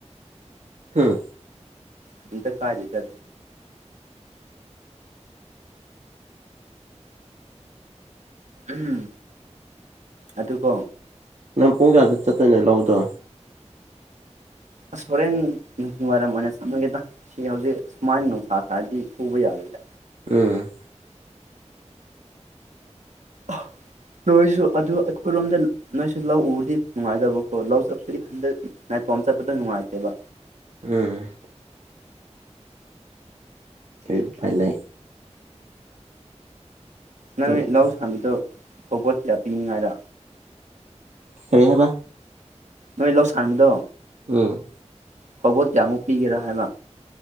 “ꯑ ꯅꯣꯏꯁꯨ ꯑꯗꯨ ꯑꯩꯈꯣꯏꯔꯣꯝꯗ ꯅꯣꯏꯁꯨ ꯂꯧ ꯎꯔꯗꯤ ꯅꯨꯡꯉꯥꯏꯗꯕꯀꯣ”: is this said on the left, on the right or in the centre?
Right